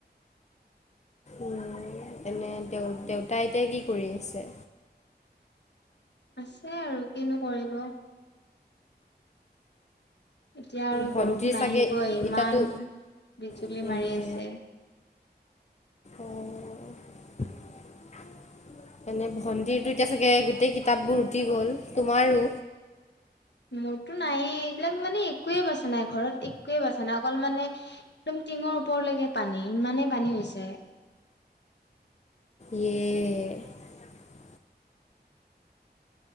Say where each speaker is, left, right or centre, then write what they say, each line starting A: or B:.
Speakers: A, on the left; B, on the left.
A: উ এনে দেউ দেউতা এতিয়া কি কৰি আছে?
B: আছে আৰু কিনো কৰিব। এতিয়া আৰু
A: ভণ্টিৰ
B: বৰষুণ আহিবই
A: চাগে
B: ইমান
A: ইতাতো
B: বিজুলী
A: ইয়ে
B: মাৰি আছে। <unintelligible>
A: অ' এনে ভন্টিৰতটো এতিয়া চাগে গোটেই কিতাপবোৰ উটি গ'ল তোমাৰো?
B: মোৰতো নাইে এইবিলাক মানে একোৱয়ে বাচা নাই ঘৰত একোৱয়ে বাচা নাই। অকল মানে একদম টিঙৰ ওপৰলৈকে পানী ইমানেই পানী হৈছে।
A: এ <unintelligible>